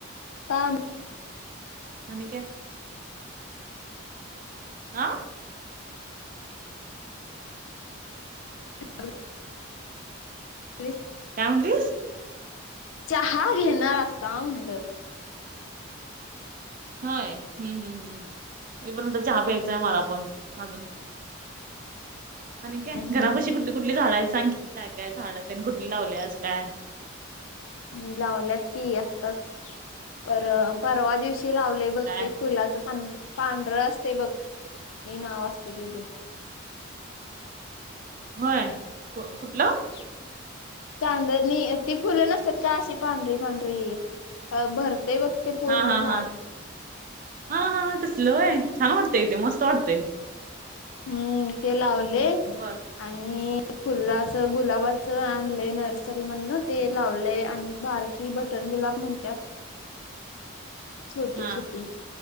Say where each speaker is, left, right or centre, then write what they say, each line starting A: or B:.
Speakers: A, on the left; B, on the right.
A: पाम-
B: आणि काय? आं?
A: <unintelligible>
B: काय म्हणली?
A: चहा घेणार आता म्हणलं.
B: होय. हम्म हम् हम्म. मी पण आता चहा प्यायचाय
A: हम्म
B: मला पण अजून. आणि काय?
A: हम्म
B: घरापाशी कुठली कुठली झाडयत? सांगकी काय काय झाडं तेन कुठली लावल्यास काय?
A: मी लावल्यात की आत्ताच. पर- परवा दिवशी लावलय. तेच
B: काय
A: ते फुलाचं पांढ पांढरं असतय बघ. नाव असतय ते ग.
B: व्हय. को कुठलं?
A: <inaudible> चांदणी. ती फुलं नसतात का? अशी पांढरी पांढरी. अं भरतेय बघ. ते पूर्ण
B: हा हा
A: झाड
B: हा. हा हा हा तसल व्हय? छान वाटतंय एकदम मस्त वाटतय.
A: हम्म. ते लावले.
B: बर
A: आणि फुलाच गुलाबाचं आणलंय नर्सरी मधन. ते लावलय आणि- बारकी बटन गुलाब म्हणत्यात. छोटी
B: हा
A: छोटी.